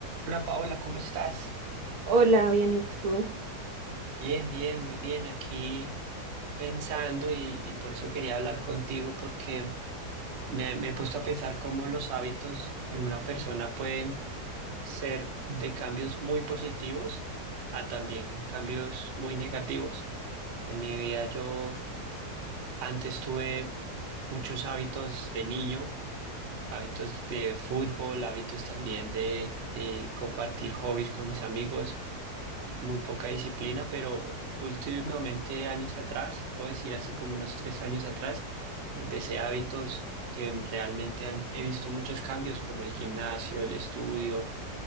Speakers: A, on the right; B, on the right.
A: Hola Paola, ¿cómo estás?
B: Hola, bien, ¿y tú?
A: Bien, bien, muy bien. Aquí pensando y, y por eso quería hablar contigo porque me, me he puesto a pensar cómo los hábitos en una persona pueden ser de cambios muy positivos a también cambios muy negativos. En mi vida yo antes tuve muchos hábitos de niño, hábitos de fútbol, hábitos también de, de compartir hobbies con mis amigos. muy poca disciplina, pero últimamente años atrás, puedo decir hace como unos tres años atrás, empecé hábitos que realmente han- he visto muchos cambios, como el gimnasio, el estudio.